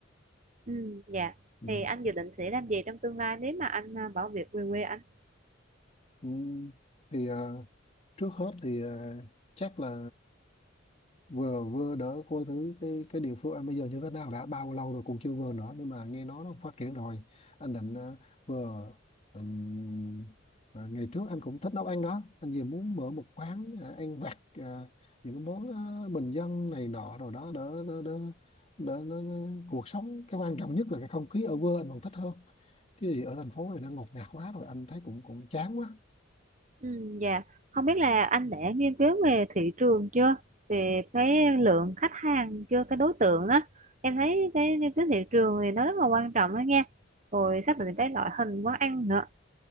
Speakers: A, on the right; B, on the left.
A: Ừm, dạ.
B: ừ.
A: Thì anh dự định sẽ làm gì trong tương lai nếu mà anh ờ, bỏ việc về quê anh?
B: Ừ. thì à, trước hết thì à, chắc là vừa vừa đỡ coi thứ cái cái địa phương anh bây giờ như thế nào đã bao lâu rồi cũng chưa vừa nữa nhưng mà nghe nói nó phát triển rồi anh định ờ, vừa ừm, à, ngày trước anh cũng thích nấu ăn đó anh vừa muốn mở một quán à, ăn vặt à, những cái món ờ, bình dân này nọ rồi đó đỡ đỡ đỡ đỡ đỡ- đỡ- cuộc sống cái quan trọng nhất là cái không khí ở quê anh còn thích hơn chứ gì ở thành phố này nó ngột ngạt quá rồi anh thấy cũng cũng chán quá
A: Ừm, dạ. Không biết là anh đã nghiên cứu về thị trường chưa? Về cái lượng khách hàng chưa? Cái đối tượng đó. Em thấy cái nghiên cứu thị trường thì nó rất là quan trọng đó nha. Rồi xác định cái loại hình quán ăn nữa.